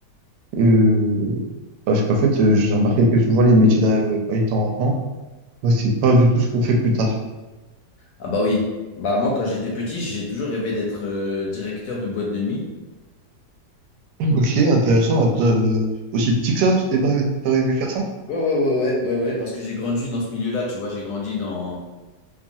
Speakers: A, on the right (about 85°); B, on the left (about 70°).
A: Euh, parce qu'en fait, euh, j'ai remarqué que souvent les métiers de rêve euh, étant enfant, bah, c'est pas du tout ce qu'on fait plus tard.
B: Ah bah oui. Bah moi, quand j'étais petit, j'ai toujours rêvé d'être euh, directeur de boîte de nuit.
A: Ok, intéressant. Att- euh, aussi petit que ça, c'était pas, t'aurais aimé faire ça?
B: Ouais, ouais, ouais, ouais, ouais, ouais, parce que j'ai grandi dans ce milieu-là, tu vois, j'ai grandi dans,